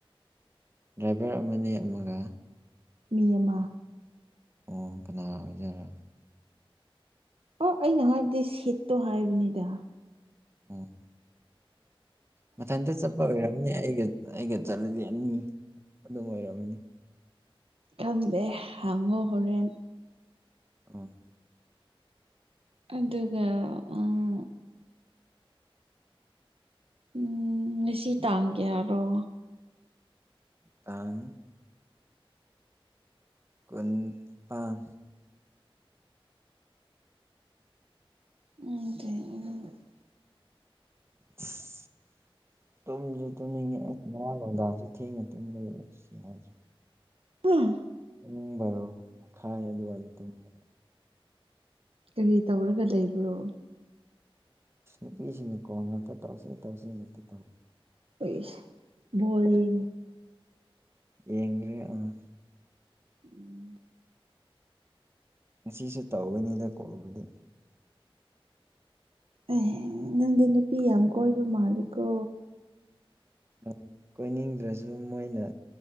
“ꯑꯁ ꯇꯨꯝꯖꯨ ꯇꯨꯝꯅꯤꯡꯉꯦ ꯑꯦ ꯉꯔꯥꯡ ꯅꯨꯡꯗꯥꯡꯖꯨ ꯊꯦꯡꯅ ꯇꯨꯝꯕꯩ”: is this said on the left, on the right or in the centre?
Right